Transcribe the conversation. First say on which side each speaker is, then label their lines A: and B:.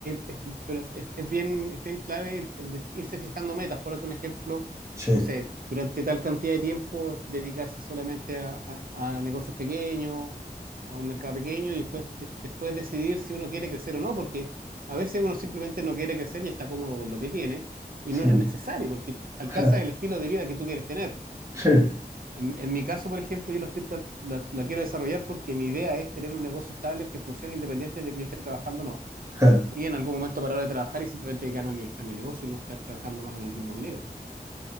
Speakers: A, on the right; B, on the right.
A: es- es- pero es, es bien, es bien clave eh, de- irse fijando metas. Por otro ejemplo,
B: sí.
A: no sé, durante tal cantidad de tiempo dedicarse solamente a, a- a negocios pequeños, a un mercado pequeño y después, de- después decidir si uno quiere crecer o no, porque a veces uno simplemente no quiere crecer y está cómodo con lo que tiene y no
B: Mm.
A: es necesario porque alcanzas
B: <laughs>
A: el estilo de vida que tú quieres tener.
B: Sí, <laughs>
A: En, en mi caso, por ejemplo, yo la, estoy pla- la la quiero desarrollar porque mi idea es tener un negocio estable que funcione independiente de que yo esté trabajando o no
B: Sí,
A: y en algún momento parar de trabajar y simplemente dedicarme a administrar mi negocio y no estar trabajando más en un ritmo minero.